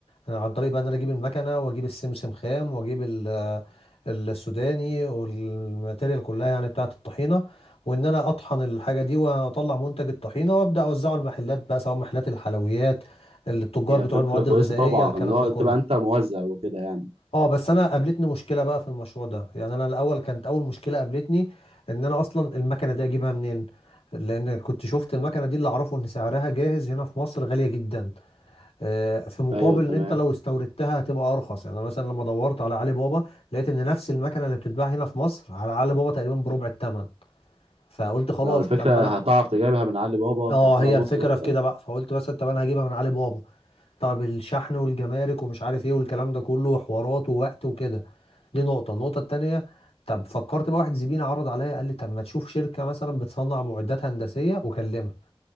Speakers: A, on the left; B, on the right.
A: آه، عن طريق بقى ان انا اجيب المكنه واجيب السمسم خام واجيب ال- آه، السوداني والماتيريال كلها يعني بتاعه الطحينه وان انا اطحن الحاجه دي واطلع منتج الطحينه وابدا اوزعه المحلات بقى سواء محلات الحلويات التجار
B: هي
A: بتوع
B: فكرة
A: المواد
B: كويسة
A: الغذائيه
B: طبعا
A: الكلام
B: اللي هو
A: ده كله
B: تبقى أنت موزع وكده يعني
A: اه بس انا قابلتني مشكله بقى في المشروع ده يعني انا الاول كانت اول مشكله قابلتني ان انا اصلا المكنه دي اجيبها منين لان كنت شفت المكنه دي اللي اعرفه ان سعرها جاهز هنا في مصر غاليه جدا آه، في مقابل
B: أيوه تمام
A: ان انت لو استوردتها هتبقى ارخص يعني انا مثلا لما دورت على علي بابا لقيت ان نفس المكنه اللي بتتباع هنا في مصر على علي بابا تقريبا بربع الثمن فقلت خلاص
B: ما هو الفكرة
A: طب ما انا
B: هتعرف تجيبها من علي بابا
A: اه
B: كخالة
A: هي
B: مصر
A: الفكره
B: وكده
A: في كده بقى فقلت مثلا طب انا هجيبها من علي بابا طب الشحن والجمارك ومش عارف ايه والكلام ده كله حوارات ووقت وكده دي نقطة النقطة التانية طب فكرت بقى واحد زميلي عرض عليا قال لي طب ما تشوف شركة مثلا بتصنع معدات هندسية وكلمها